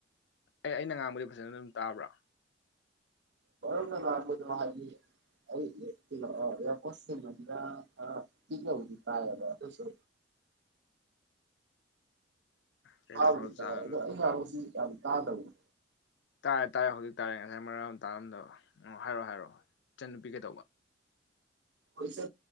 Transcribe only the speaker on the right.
ꯑ ꯔ ꯂꯗ ꯍꯥꯏꯗꯤ ꯑꯩꯣ ꯀꯣ ꯃꯅ ꯀꯤꯅ ꯍꯧꯖꯤꯗꯤ ꯇꯥꯏꯕꯁꯨ
ꯍꯗꯤꯠꯇ ꯑꯗꯨ ꯑꯗꯨꯁꯤ ꯆ ꯇꯥ ꯇꯕꯨ
ꯄꯣꯏꯁ